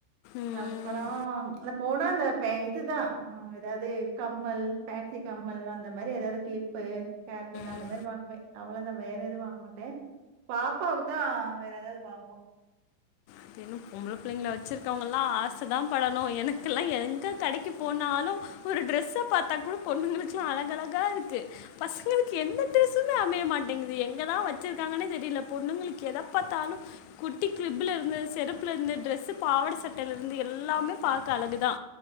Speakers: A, on the left; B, on the right.
A: ம்
B: அப்பறோ அ போனா அந்த ட்ரை இதுதா ஆ ஏதாவது கம்மல் பேன்சி கம்மல் அந்த மாரி ஏதாவது கிளிப்பு ஹார்பின் அந்த
A: ம்
B: மாரி வாங்குவே அவ்ளோதா வேற எதுவும் வாங்க மாட்டே பாப்பாவுக்கு தா வேற ஏதாவது வாங்குவோ
A: அது இன்னும் பொம்பள பிள்ளைங்கள வச்சிருக்கவங்க எல்லா ஆச தா படணும் எனக்கெல்லா எங்க கடைக்கு போனாலு ஒரு ட்ரெஸ்ஸை பாத்தா கூட பொண்ணுங்களுக்கு அழகு அழகா இருக்கு பசங்களுக்கு எந்த டிரரெஸ்ஸுமே அமைய மாட்டேங்குது எங்கதா வச்சிருக்காங்கன்னே தெரியல பொண்ணுங்களுக்கு எத பாத்தாலும் குட்டி கிளிப்புல இருந்து செருப்புலருந்து ட்ரெஸ் பாவட சட்டையில இருந்து எல்லாமே பாக்க அழகுதா